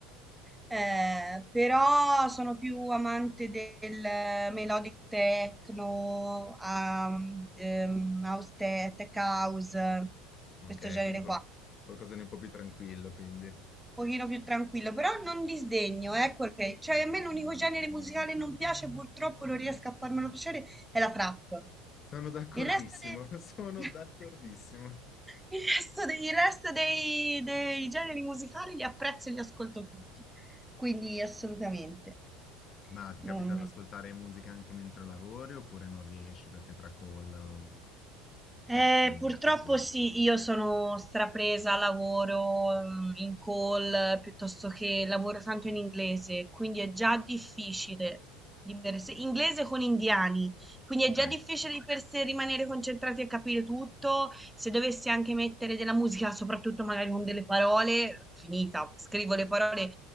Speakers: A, in the centre; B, on the left (about 35°).
A: Eh, però sono più amante del eh, melodic techno, am- ehm, house te- tech house,
B: Ok,
A: questo genere
B: quindi qual-
A: qua
B: qualcosa di un po' più tranquillo, quindi.
A: pochino più tranquillo, però non disdegno, ecco che, cioè a me l'unico genere musicale che non piace, purtroppo non riesco a farmelo piacere, è la trap.
B: Sono d'accordissimo,
A: Il resto dei...
B: <laughs> sono d'accordissimo.
A: <laughs> Il resto dei, il resto dei- dei generi musicali li apprezzo e li ascolto tutti, quindi assolutamente.
B: Ma ti capita
A: Non...
B: di ascoltare musica anche mentre lavori oppure non riesci perché tra call o
A: Eh,
B: interazioni
A: purtroppo
B: col pubblico?
A: sì, io sono strapresa, lavoro mm, in call eh, piuttosto che lavoro tanto in inglese, quindi è già difficile di per sé, inglese con indiani, quindi
B: Ok,
A: è già difficile di per sé rimanere concentrati e capire tutto. Se dovessi anche mettere della musica, soprattutto magari con delle parole, finita, scrivo le parole